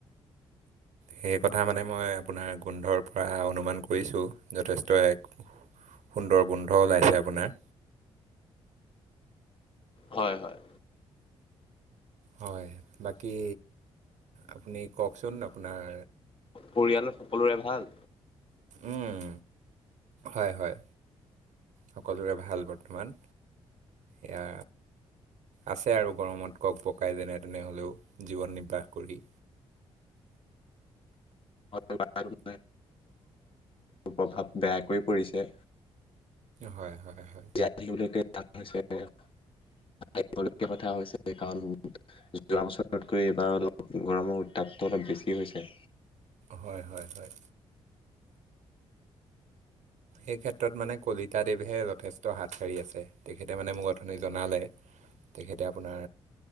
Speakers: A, on the right (about 70°); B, on the left (about 45°).
A: সেই কথা মানে মই আপোনাৰ গোন্ধৰ পৰা অনুমান কৰিছোঁ, যথেষ্ট এক সুন্দৰ গোন্ধ ওলাইছে আপোনাৰ।
B: হয় হয়।
A: হয়, বাকী, আপুনি কওকচোন আপোনাৰ
B: পৰিয়ালত সকলোৰে ভাল?
A: উম, হয় হয়। সকলোৰে ভাল বৰ্তমান, এয়া আছে আৰু গৰমত কক-বকাই যেনে তেনেহ'লেও জীৱন নিৰ্বাহ কৰি।
B: বাৰু। প্ৰভাৱ বেয়াকৈ পৰিছে।
A: হয়-হয়-হয়।
B: <unintelligible> যোৱা বছৰতকৈ এইবাৰ অলপ গৰমৰ উত্তাপটো অলপ বেছি হৈছে।
A: হয় হয় হয়। এইেই ক্ষেত্ৰত মানে কলিতা দেৱহে যথেষ্ট হাত সাৰি আছে, তেখেতে মানে মোক অথনি জনালে তেখেতে আপোনাৰ